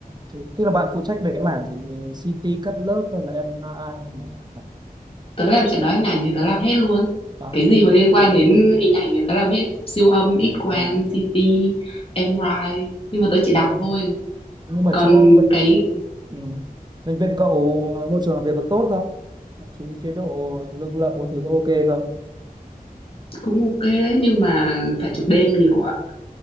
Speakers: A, on the right; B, on the left.
A: thì, tức là bạn phụ trách về cái mảng gì Về CT cắt lớp hay là MRI hay là
B: Tớ làm chẩn đoán hình ảnh thì tớ làm hết luôn.
A: à
B: Cái gì
A: ok
B: mà liên quan đến
A: ok
B: hình ảnh thì tớ làm hết, siêu âm, X-quang,
A: à, à, à.
B: CT, MRI, nhưng mà tớ chỉ đọc
A: Ờ,
B: thôi.
A: nhưng mà
B: Còn
A: chỗ bệnh
B: cái
A: Ừ. Bệnh viện cậu ờ, môi trường làm việc có tốt không? Mọi Thứ chế độ lương lậu có thứ có ok không?
B: cũng ok đấy nhưng mà phải trực đêm nhiều ạ.